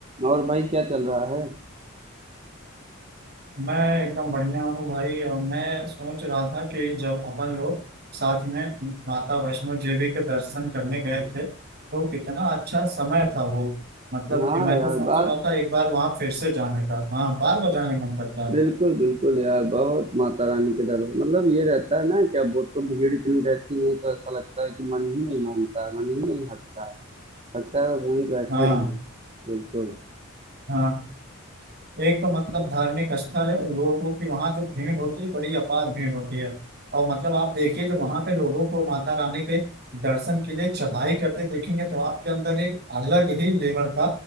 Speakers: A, on the right (about 30°); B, on the right (about 50°).
A: और भाई क्या चल रहा है
B: मैं एकदम बढ़िया हूँ भाई और मैं सोच रहा था कि जब अपन लोग साथ में माता वैष्णो देवी के दर्शन करने गए थे तो कितना अच्छा समय था वो मतलब
A: हाँ
B: ये मैं
A: यार
B: तो सोच
A: बात
B: रहा था एक बार वहाँ फिर से जाने का हाँ बार बार जाने का मन करता है
A: बिल्कुल बिल्कुल यार बहुत माता रानी के दर मतलब ये रहता है ना कि अब वो तो भीड़ इतनी रहती नहीं तो ऐसा लगता है कि मन ही नहीं मानता है मन ही नहीं हटता है लगता है बस वहीं बैठे
B: हाँ
A: रहें बिल्कुल
B: हाँ एक तो मतलब धार्मिक स्थल है और लोगों की वहाँ जो भीड़ होती है बड़ी अपार भीड़ होती है और मतलब आप देखिए जो वहाँ पे लोगों को माता रानी के दर्शन के लिए चढ़ाई करते देखेंगे तो आपके अंदर एक अलग ही लेवल का